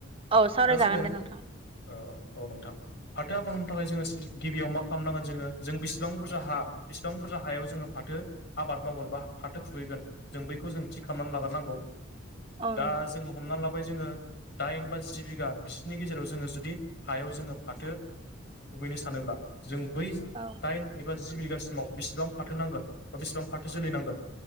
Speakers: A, on the right; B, on the left.
A: औ सावरायजागोन
B: दा जोङो,
A: दे नोंथां
B: औ औ औ नोंथां। फाथो आबाद मावनो थाखाय जोङो गिबियाव मा खालामनांगोन जोङो जों बेसेबां बुरजा हा बेसिबां बुरजा हायाव जोङो फाथो आबाद मावगोन बा फाथो खुबैगोन जों बैखौ जों थिग खालामनानै लाग्रोनांगौ।
A: औ
B: दा
A: नंगौ
B: जोङो हमनानै ला बेखौहाय जोङो दाइन बा जि बिघा बिसिोरनि गेजेराव जोङो जुदि हायाव जोङो फाथो खुबैनो सानोब्ला जों बै
A: औ
B: दाइन एबा जि बिघासिमाव बेसेबां फाथो नांगोन बा बेसेबां फाथो जोलै नांगोन